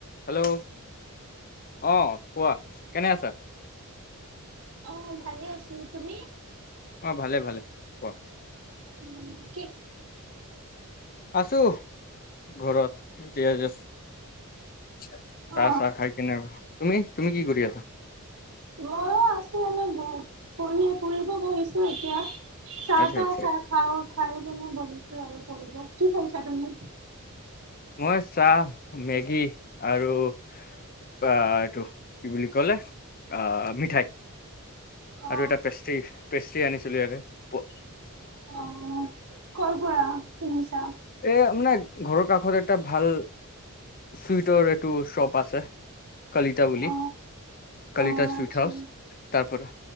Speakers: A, on the left (about 40°); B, on the right (about 75°).
A: হেল্ল' অ', কোৱা। কেনে আছা?
B: অহ, ভালে আছিলো তুমি?
A: অ', ভালে, ভালে। কোৱা
B: উম।
A: আছো ঘৰত। এতি আছ। চাহ,
B: অ
A: চাহ খাই কেনে তুমি? তুমি কি কৰি আছা?
B: ময়ো আছো এনে। পঢ়ি পঢ়িব বহিছো এতিয়া। চাহ
A: আচ্ছা
B: তাহ
A: আচ্ছা
B: খা খাওঁ খাওঁ কেনে বহিছোঁ। <unintelligible> কি কৈছা তুমি?
A: মই চাহ, মেগী আৰু বা, এইটো কি বুলি ক'লে? আহ, মিঠাই।
B: অ
A: আৰু এটা পেষ্ট্ৰী, পেষ্ট্ৰী আনিছিলোঁ ইয়াৰে। প,
B: অ কৰ পৰা শুনিছা
A: এ, মানে ঘৰৰ কাষত এটা ভাল চুইটৰ এইটো শ্ব'প আছে। কলিতা বুলি,
B: অ
A: কলিতা
B: অ
A: চুইট
B: আচ্ছা
A: হাউচ। তাৰ পৰা